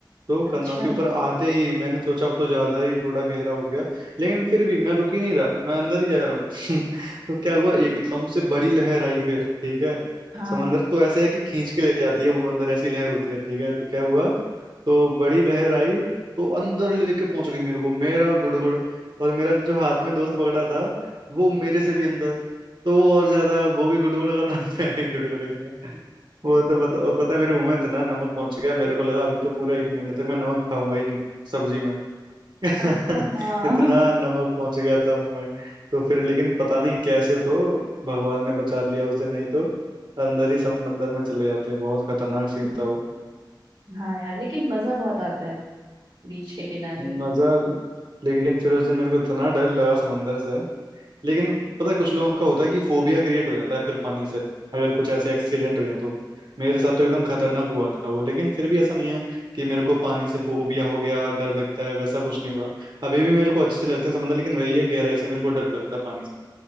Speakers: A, on the right; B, on the right.
A: तो
B: अच्छा
A: कन्नौज के ऊपर आते ही मैंने सोचा अब तो ज्यादा ही थोड़ा गहरा हो गया लेकिन फिर भी मैं रुक ही नहीं रहा मैं अंदर ही जा रहा हूँ <laughs> तो क्या हुआ एकदम से बड़ी लहर आई फिर ठीक है
B: हाँ
A: समंदर तो ऐसे है कि खींच के ले जाती है वो अंदर ऐसी लहर होती है ठीक है तो क्या हुआ तो बड़ी लहर आई तो अंदर लेके पहुंच गई मेरे को मेरा गुड़ गुड़ और मेरा जो हाथ में दोस्त पकड़ा था वो मेरे से भी अंदर तो वो और ज्यादा वो भी गुड़ गुड़ कर रहा <laughs> मैं भी गुड़ गुड़ कर रहा वो तो पता और पता है मेरे मुंह में इतना नमक पहुंच गया मेरे को लगा अभी तो पूरा एक महीने तक मैं नमक खाऊंगा ही नहीं सब्जी में <laughs>
B: अच्छा हाँ
A: इतना नमक पहुंच गया था मुंह में तो फिर लेकिन पता नहीं कैसे तो भगवान ने बचा लिया उस दिन नहीं तो अंदर ही समंदर में चले जाते बहुत खतरनाक सीन था वो
B: <laughs> हाँ यार लेकिन मजा बहुत आता है बीच के किनारे
A: मजा लेकिन फिर उस दिन मेरे को इतना डर लगा समंदर से लेकिन पता है कुछ लोगों का होता है कि फोबिया क्रिएट हो जाता है फिर पानी से अगर कुछ ऐसे एक्सीडेंट हो जाए तो मेरे साथ तो एकदम खतरनाक हुआ था वो लेकिन फिर भी ऐसा नहीं है कि मेरे को पानी से फोबिया हो गया डर लगता है वैसा कुछ नहीं हुआ अभी भी मेरे को अच्छे लगते हैं समंदर लेकिन वही है गहराई से मेरे को डर लगता है पानी